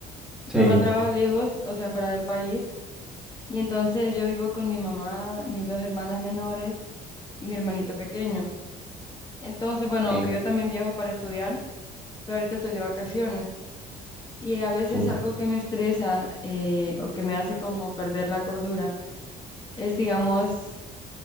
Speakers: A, on the left; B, in the centre.
A: mi
B: sí.
A: papá trabaja lejos, o sea, fuera del país, y entonces yo vivo con mi mamá, mis dos hermanas menores y mi hermanito pequeño. Entonces, bueno,
B: Sí,
A: aunque yo también viajo para estudiar, pero ahorita estoy de vacaciones. Y a veces
B: súper.
A: algo que me estresa eh, o que me hace como perder la cordura es, digamos,